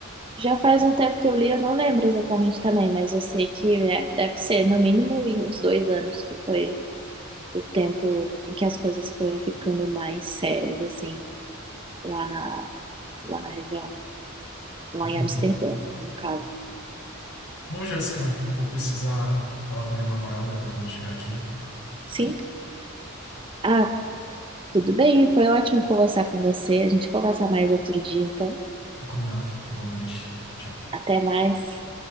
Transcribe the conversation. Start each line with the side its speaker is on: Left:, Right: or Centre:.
Right: já faz um tempo que eu li, eu não lembro exatamente também, mas eu sei que é, deve ser no mínimo em uns dois anos que foi o tempo em que as coisas foram ficando mais sérias, assim, lá na, lá na região, lá
Left: Entendi.
Right: em Amsterdã, no caso.
Left: Bom, Jéssica, vou precisar falar com minha namorada, ela acabou de chegar aqui.
Right: Sim? Ah, tudo bem, foi ótimo conversar com você. A gente conversar mais outro dia, então.
Left: Combinado, igualmente. Tchau.
Right: Até mais.